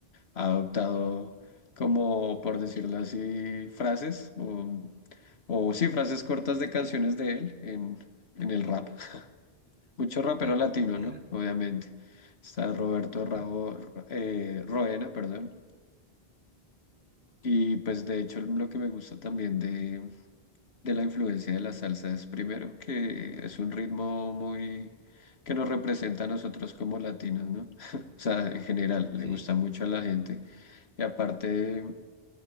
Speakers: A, on the left; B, on the right.
A: ha adoptado como, por decirlo así, frases o, o sí, frases cortas de canciones de él en, en el rap. Mucho rapero
B: Ya,
A: latino,
B: mira,
A: ¿no? Obviamente. Está Roberto Rabo,
B: claro,
A: eh, Roena, perdón. Y pues de hecho lo que me gusta también de, de la influencia de la salsa es primero que es un ritmo muy que nos representa a nosotros como latinos, ¿no? <laughs> O sea, en general, le
B: sí,
A: gusta mucho a la gente. Y aparte,